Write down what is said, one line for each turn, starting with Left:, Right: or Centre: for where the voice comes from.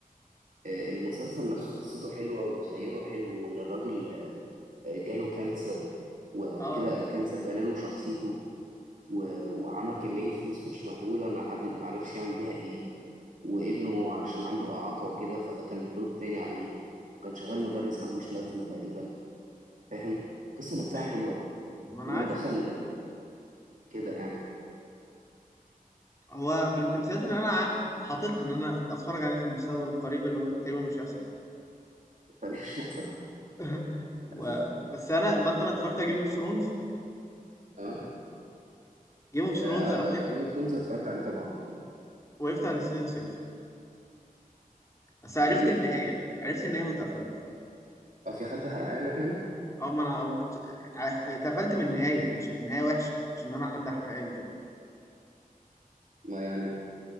Right: آه، المسلسل نفسه قصته حلوة وتخيله حلو وإن الراجل آه، جاله كانسر وبعد
Left: اه
Right: كده الكانسر بناله شخصيته و- وعمل كمية فلوس مش مهولة ما حد ما عرفش يعمل بيها إيه وابنه عشان عنده إعاقة وكده فده كان لود تاني عليه وكان شغال مدرس ملهوش لازمة تقريبا فاهم القصة نفسها
Left: ايوه
Right: حلوة
Left: ما انا
Right: وإن هو
Left: عارف
Right: دخل كده يعني
Left: هو من التمثيلات اللي انا ع- حاططها ان انا اتفرج عليه في المستقبل القريب اللي هو تقريبا مش هيحصل
Right: <laughs> بلاش يحصل
Left: <laughs> و...
Right: مثلا
Left: بس انا مثلا اتفرجت على جيم اوف ثرونز
Right: اه
Left: جيم اوف ثرونز
Right: اه
Left: انا وقفت
Right: جيم اوف ثرونز اتفرجت عليه طبعا
Left: وقفت عند سيزون 6 بس عرفت
Right: ليه؟
Left: النهايه عرفت النهايه واتقفلت
Right: اه في حد حرقها لك يعني؟
Left: او ما انا ما كنت اتع- اتقفلت من النهايه مش النهايه وحشه مش ان انا حد حرقها لي كمان
Right: ما يعني